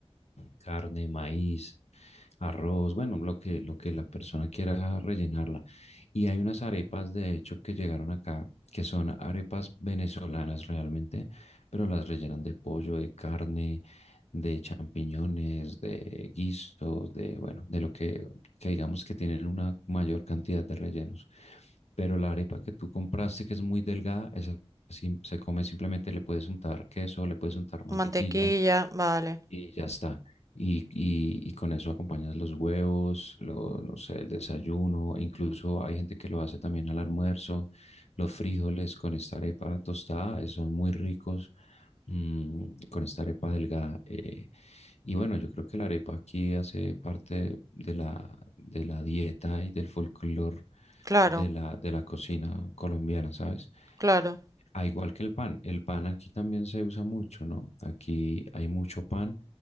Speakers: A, on the left (about 80°); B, on the right (about 30°).
A: carne, maíz, arroz, bueno, lo que, lo que la persona quiera rellenarla. Y hay unas arepas, de hecho, que llegaron acá, que son arepas venezolanas realmente, pero las rellenan de pollo, de carne, de champiñones, de guisos, de, bueno, de lo que, que digamos que tienen una mayor cantidad de rellenos. Pero la arepa que tú compraste, que es muy delgada, esa sí se come simplemente, le puedes untar queso, le puedes untar mantequilla
B: mantequilla, vale.
A: y ya está. Y, y- y con eso acompañas los huevos, lo- no sé, el desayuno, e incluso hay gente que lo hace también al almuerzo. Los frijoles con esta arepa tostada eh, son muy ricos, mm, con esta arepa delgada. eh, y bueno, yo creo que la arepa aquí hace parte de la, de la dieta y del folclore
B: Claro,
A: de la, de la cocina colombiana, ¿sabes?
B: claro.
A: Ah, igual que el pan, el pan aquí también se usa mucho, ¿no? Aquí hay mucho pan,